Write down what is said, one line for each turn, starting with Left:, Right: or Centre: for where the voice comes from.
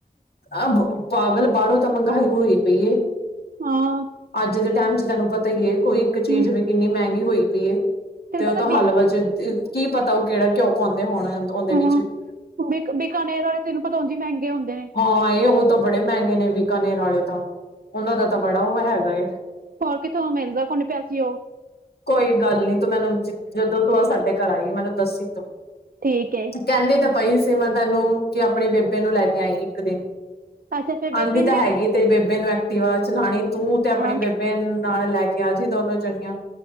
Left: ਆ ਪਾਗਲ ਬਾਹਰੋਂ ਤਾਂ ਮਹਿੰਗਾਈ ਹੋਈ ਪਈ ਏ
Right: ਹਾਂ
Left: ਅੱਜ ਦੇ ਟਾਈਮ ਚ ਤੈਨੂੰ ਪਤਾ ਹੀ ਹੈ ਕੋਈ ਇੱਕ ਚੀਜ਼
Right: ਹਮ
Left: ਵੀ ਕਿੰਨੀ ਮਹਿੰਗੀ ਹੋਈ ਪਈ ਏ
Right: ਤੈਨੂੰ
Left: ਤੇ ਉਹ
Right: ਪਤਾ
Left: ਤੋਂ
Right: ਬਿਕ
Left: ਹਲਵੇ ਚ ਕੀ ਪਤਾ ਉਹ ਕਿਹੜਾ ਘਿਉ ਪਾਉਂਦੇ ਹੋਣ ਉਹਦੇ ਵਿੱਚ।
Right: ਹ ਬ ਬਿਕਾਨੇਰ ਵਾਲੇ ਤੈਨੂੰ ਪਤਾ ਉੰਝ ਈ ਮਹਿੰਗੇ ਹੁੰਦੇ ਨੇ
Left: ਹਾਂ, ਉਹ ਤਾਂ ਬੜੇ ਮਹਿੰਗੇ ਨੇ ਬੀਕਾਨੇਰ ਵਾਲੇ ਤਾਂ ਉਹਨਾਂ ਦਾ ਤਾਂ ਬੜਾ ਉਹ ਹੈਗਾ ਏ।
Right: ਹੋਰ ਕਿੱਥੋਂ ਮਿਲਦਾ ਕੋਨਹੀ ਪਿਆ ਸੀ ਉਹ।
Left: ਕੋਈ ਗੱਲ ਨੀ, ਤੂੰ ਮੈਨੂੰ ਜਦੋਂ ਤੂੰ ਆਹ ਸਾਡੇ ਘਰ ਆਈ ਮੈਨੂੰ ਦੱਸੀ ਤੂੰ।
Right: ਠੀਕ ਏ।
Left: ਕਹਿੰਦੀ ਤਾਂ ਪਈ ਸੀ ਮੈਂ ਤੈਨੂੰ, ਕਿ ਆਪਣੇ ਬੇਬੇ ਨੂੰ ਲੈ ਕੇ ਆਈ ਇੱਕ ਦਿਨ।
Right: ਅੱਛਾ ਫੇਰ ਬੇਬੇ
Left: ਆਉਂਦੀ
Right: ਨੂੰ
Left: ਤਾਂ
Right: ਵੀ
Left: ਹੈਗੀ ਤੇਰੀ ਬੇਬੇ ਨੂੰ ਐਕਟਿਵਾ ਚਲਾਉਣੀ, ਤੂੰ ਤੇ ਆਪਣੀ
Right: ਹਾਂ
Left: ਬੇਬ ਬੇ ਨਾਲ ਲੈ ਕੇ ਆ ਜੀ ਦੋਨੋ ਜਣੀਆਂ।